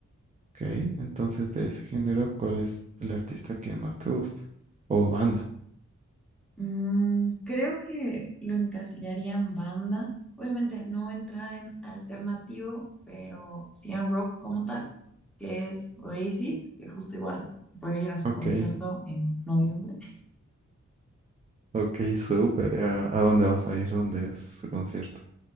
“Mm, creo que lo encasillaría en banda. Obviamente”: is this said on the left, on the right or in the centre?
Centre